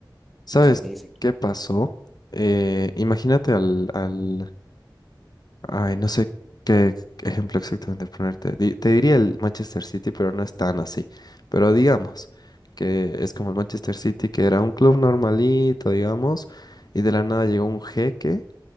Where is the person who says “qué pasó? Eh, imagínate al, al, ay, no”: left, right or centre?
Left